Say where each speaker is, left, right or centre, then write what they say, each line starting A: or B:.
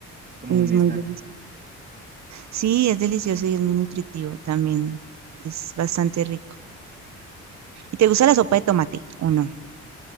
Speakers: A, on the right (about 30°); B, on the right (about 65°).
A: Es como
B: Es
A: un snack.
B: muy delicioso. Sí, es delicioso y es muy nutritivo también. Es bastante rico. ¿Y te gusta la sopa de tomate o no?